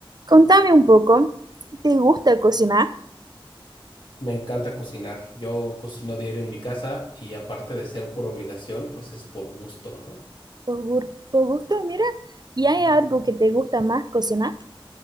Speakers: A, on the right; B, on the left.
A: Contame un poco, ¿te gusta cocinar?
B: Me encanta cocinar. Yo cocino diario en mi casa y aparte de ser por obligación, pues es por gusto, ¿no?
A: Por, gu- por gusto, mira, ¿y hay algo que te gusta más cocinar?